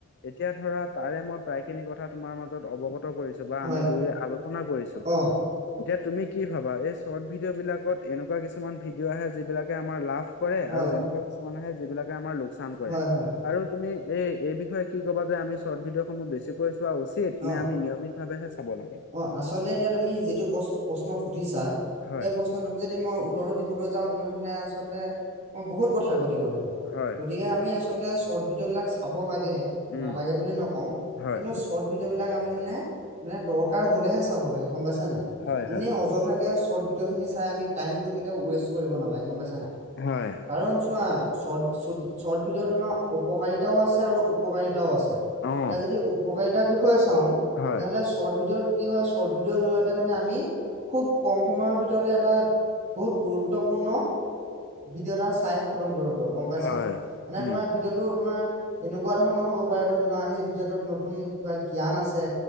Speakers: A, on the left; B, on the right.
A: এতিয়া ধৰা। তাৰে মই প্ৰায় খিনি কথা তোমাৰ মাজত অৱগত কৰিছো বা
B: হয়,
A: আমি দুয় আলোচনা কৰিছো।
B: অ',
A: এতিয়া তুমি কি ভাবা, এই শৰ্ট ভিডিঅ' বিলাকত এনেকুৱা কিছুমান ভিডিঅ' আহে যিবিলাকে আমাৰ লাভ! কৰে
B: হয়।
A: আৰু এনেকুৱা! মানুহে যিবিলাকে আমাৰ লোকচান কৰে,
B: হয় হয়
A: আৰু তুমি এই এই বিষয়ে কি ক'ব যে আমি। চৰ্ট ভিডিঅ'সমূহ বেছিকৈ চোৱা উচিত, নে
B: অ
A: আমি নিয়মিতভাৱেহে চাব লাগে?
B: অ আচলতে এতিয়া তুমি যিটো ক প্ৰশ্ন সুধিছা
A: হয়,
B: সেই প্ৰশ্ন। যদি মই উত্তৰো দিবলৈ যাওঁ তেনেহলে আচলতে, মই বহুত কথা ঘতিব লাগিব।
A: হয়,
B: গতিকে আমি আচলতে শৰ্ট ভিডিঅ'বিলাক চাব লাগে,
A: উম,
B: নালাগে বুলি নকওঁ।
A: হয়,
B: কিন্তু চৰ্ট ভিডিঅ' বিলাক আমি মানে! মানে দৰকাৰ হলেহে চাব লাগে গম পাইছা নাই
A: হয়, হয়,
B: এনে অজ! তাকে চৰ্ট ভিডিঅ খিনি চাই আমি টাইমটো কেতিয়া ৱেষ্ট কৰিব নালাগে গম পাইচা নাই?
A: হয়
B: কাৰণ চোৱা শ্বৰ্ট চুত শ্বৰ্ট ভিদিওত তোমাৰ অপকাৰিতাও আছে আৰু উপকাৰিতাও আছে।
A: অ',
B: এতিয়া যদি উপকাৰিতাৰ বিষয়ে চাওঁ!
A: হয়,
B: তেনেহ'লে চৰ্ট ভিডিঅ'ত কি হয় চৰ্ট ভিদিঅ'ৰ জৰিয়তে মানে আমি! খুব কম সময়ৰ ভিতৰতে এটা বহুত গুৰুত্বপূৰ্ণ ভিডিঅ' এটা চাই! খতম কৰিব পাৰো গম পাইছা
A: হয়,
B: মানে
A: উম,
B: তোমাৰ ভিডিঅ'টো তোমাৰ এনেকুৱা ধৰণৰ হ'ব পাৰে ধৰি লোৱা সেই! ভিডিওটোত নতুন কিবা জ্ঞান আছে